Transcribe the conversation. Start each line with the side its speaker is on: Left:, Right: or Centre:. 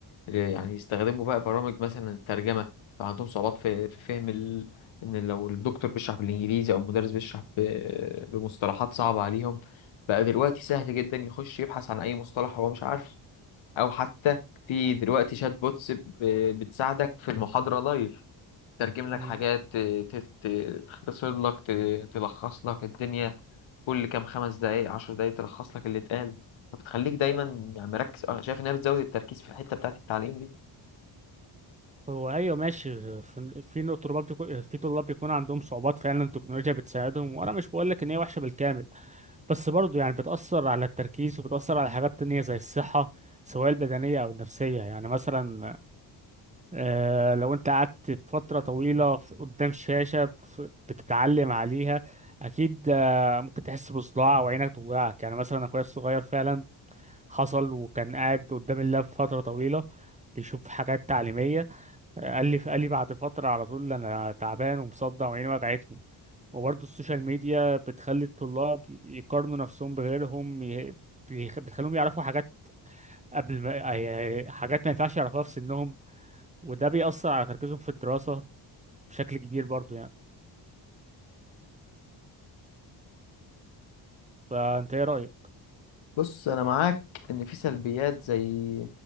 Left: آه، يعني يستخدموا بقى برامج مثلا الترجمه لو عندهم صعوبات في في فهم ال... ان لو الدكتور بيشرح بالانجليزي او المدرس بيشرح ب... بمصطلحات صعبه عليهم بقى دلوقتي سهل جدا يخش يبحث عن اي مصطلح هو مش عارفه او حتى في دلوقتي شات بوتس ب... بتساعدك في المحاضره لايف ترجم لك
Right: مم.
Left: حاجات ت- ت- ت- تختصر لك ت- تلخص لك الدنيا كل كام خمس دقايق عشر دقايق تلخص لك اللي اتقال فبتخليك دايما يعني مركز أه، شايف انها بتزود التركيز في الحته بتاعت التعليم دي
Right: هو أيوه ماشي في في نوع- طلاب بيكون في طلاب بيكون عندهم صعوبات فعلا التكنولوجيا بتساعدهم وأنا مش بقول لك إن هي وحشة بالكامل بس برضه يعني بتأثر على التركيز وبتأثر على حاجات تانية زي الصحة سواء البدنية أو النفسية يعني مثلا آه، لو أنت قعدت فترة طويلة في- قدام شاشة ف- بتتعلم عليها أكيد آه، ممكن تحس بصداع وعينك توجعك يعني مثلا أخويا الصغير فعلا حصل وكان قاعد قدام اللاب فترة طويلة بيشوف حاجات تعليمية قال لي قال لي بعد فترة على طول أنا تعبان ومصدع وعيني وجعتني وبرضه السوشيال ميديا بتخلي الطلاب يقارنوا نفسهم بغيرهم ي- بيخ- بتخليهم يعرفوا حاجات قبل ما أي- حاجات ما ينفعش يعرفوها في سنهم وده بيأثر على تركيزهم في الدراسة بشكل كبير برضه يعني فأنت إيه رأيك؟
Left: بص انا معاك ان في سلبيات زي